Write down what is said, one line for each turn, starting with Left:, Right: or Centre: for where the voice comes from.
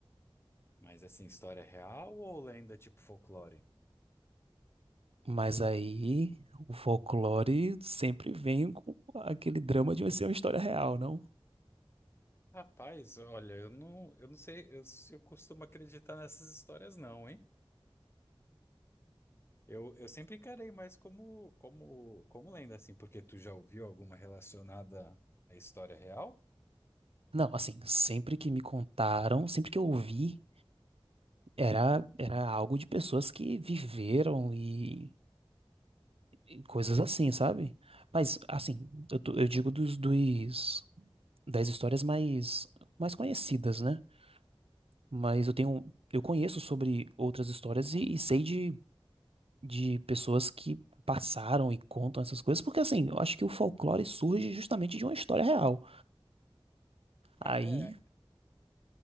Left: Mas assim, história real ou lenda tipo folclore?
Right: Mas aí o folclore sempre vem com aquele drama de ser uma história real, não?
Left: Rapaz, olha, eu não, eu não sei eu, se eu costumo acreditar nessas histórias, não, hein? Eu, eu sempre encarei mais como, como, como lenda, assim, porque tu já ouviu alguma relacionada à história real?
Right: Não, assim, sempre que me contaram, sempre que eu ouvi, era, era algo de pessoas que viveram e, e coisas assim, sabe? Mas, assim, eu, tô- eu digo dos, dos, das histórias mais, mais conhecidas, né? Mas eu tenho, eu conheço sobre outras histórias e, e sei de de pessoas que passaram e contam essas coisas, porque assim, eu acho que o folclore surge justamente de uma história real.
Left: Ah,
Right: Aí,
Left: é,